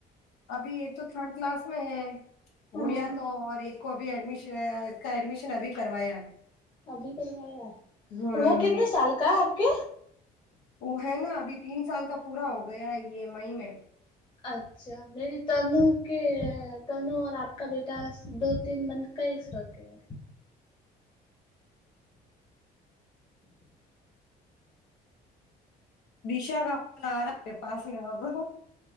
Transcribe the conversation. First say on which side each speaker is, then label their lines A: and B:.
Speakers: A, on the left; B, on the left.
A: ابھی ایک تو تھرڈ کلاس میں ہے
B: ہاں
A: گڑیا تو اور ایک کو بھی ایڈش اس کا ایڈمیشن ابھی کروایا
B: ابھی کروایا ہے
A: ہوں
B: وہ کتنے سال کا ہے آپ کے
A: وہ ہے نا ابھی تین سال کا پورا ہو گیا ہے یے میی میں
B: اچھا اچھا میری تنو کے تنو اور آپ کا بیٹا دو تین منتھ کا ہی فرق ہے
A: دشا کا فون ارہا ہے میرے پاس اب